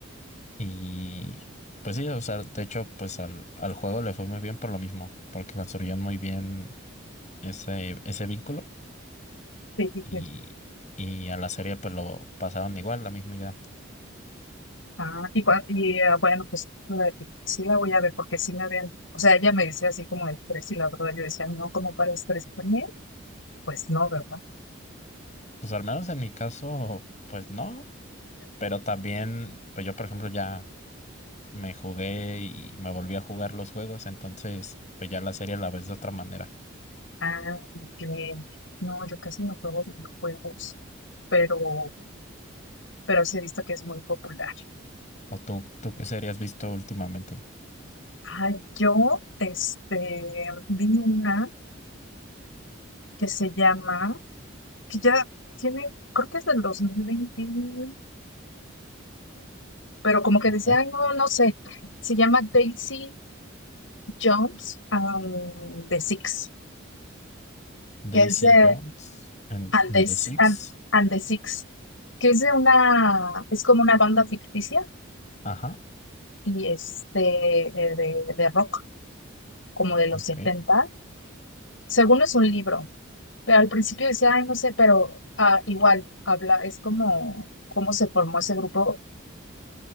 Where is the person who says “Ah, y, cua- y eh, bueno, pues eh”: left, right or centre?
Left